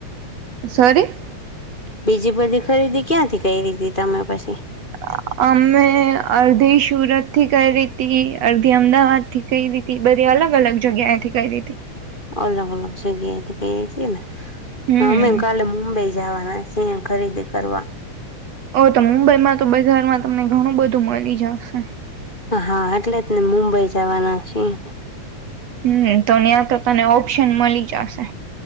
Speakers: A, on the right (about 65°); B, on the left (about 15°).
A: સોરી.
B: બીજી બધી ખરીદી ક્યાંથી કરીી હતી તમે પછી?
A: હ. અમે અડધી સુરત થી કરી ર હતી અડધી અમદાવાદ થી કરીઈ રી હતી બધી અલગ અલગ જગ્યા એંથી કરીઈ હતી.
B: અલગ અલગ જગ્યાએ એ કઈ ર છે ને
A: હમ
B: હા મે કાલે મુંબઈ જવાના ખરીદી કરવા.
A: ઓ તો મુંબઈમાં તો બજારમાં તમને ઘણું બધું મળી જશે.
B: હા એટલે જ ને મુંબઈ જવાના છીયે.
A: હમ તો ત્યાં તો તને ઓપ્શન મળી જશે.